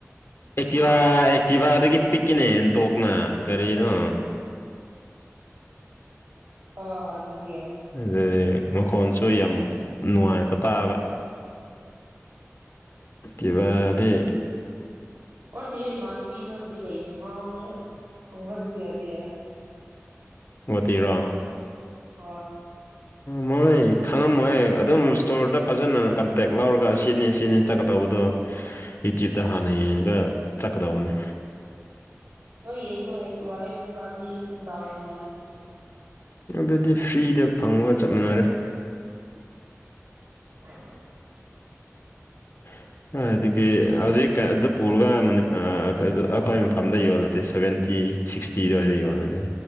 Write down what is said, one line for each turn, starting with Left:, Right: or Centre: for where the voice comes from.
Left: ꯑꯛꯇꯤꯚ ꯑꯛꯇꯤꯚ ꯗꯒꯤ ꯄꯤꯛꯀꯤꯅꯦ ꯑꯦꯟꯇꯣꯛꯅ ꯀꯔꯤꯅꯣ
Right: ꯑ‌ꯣ ꯑꯗꯨꯗꯤ ꯌꯥ
Left: ꯑꯗꯨꯅꯤ ꯃꯈꯣꯟꯁꯨ ꯌꯥꯝ ꯅꯨꯡꯉꯥꯏꯕ ꯇꯥꯕ ꯇꯤꯀꯤꯚꯥ ꯗꯤ
Right: ꯄꯥꯔꯠꯇꯤꯗ ꯏꯃꯥꯟꯅꯕꯤ ꯑꯃꯥꯕꯨꯗꯤ ꯂꯩꯕꯅꯦ ꯃꯥꯉ‌ꯣꯟꯅ ꯍꯪꯉꯖꯨ ꯌꯥꯗꯤ ꯌꯥꯏ
Left: ꯒ‌ꯣꯍꯥꯇꯤꯔꯣ
Right: ꯍ‌ꯣꯏ
Left: ꯃꯣꯏ ꯈꯪꯉꯝꯃꯣꯏ ꯑꯗꯨꯝ ꯏꯁꯇꯣꯔꯗ ꯐꯖꯅ ꯀꯟꯇꯦꯛ ꯂꯧꯔꯒ ꯁꯤꯅꯤ ꯁꯤꯅꯤ ꯆꯠꯀꯗꯧꯕꯗꯣ ꯌꯤꯇꯨꯕ ꯇ
Right: ꯎꯝ
Left: ꯍꯥꯟꯅ ꯌꯦꯡꯉꯒ ꯆꯠꯀꯗꯧꯕꯅꯤ
Right: ꯅ‌ꯣꯏꯒꯤ ꯑꯃꯥ ꯑꯛꯇꯤꯚꯥ ꯂꯧꯏꯕ ꯄꯨꯗꯤ ꯗꯥꯎ ꯌꯥꯝ ꯌꯥꯏꯅ‌ꯦ
Left: ꯑꯗꯨꯗꯤ ꯐ꯭ꯔꯤꯗ ꯐꯪꯉꯒ ꯆꯞ ꯃꯥꯅꯔꯦ
Right: <inaudible>
Left: <inaudible> ꯀꯔꯥꯏꯗꯒꯤ ꯍꯧꯖꯤꯛ ꯑꯗꯨ ꯄꯨꯔꯒ ꯃꯅꯤ ꯑꯥ ꯑꯈꯣꯏ ꯃꯐꯝꯗ ꯌꯣꯜꯂꯗꯤ ꯁꯕꯦꯟꯇꯤ ꯁꯤꯛꯁ ꯇꯤ ꯗꯋꯥꯏꯗ ꯌ‌ꯣꯜꯂꯅꯤ